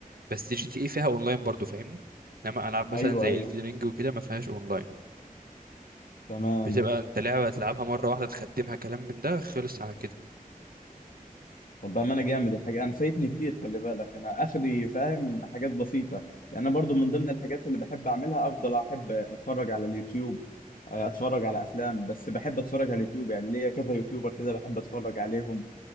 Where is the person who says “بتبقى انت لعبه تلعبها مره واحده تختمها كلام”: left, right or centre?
Right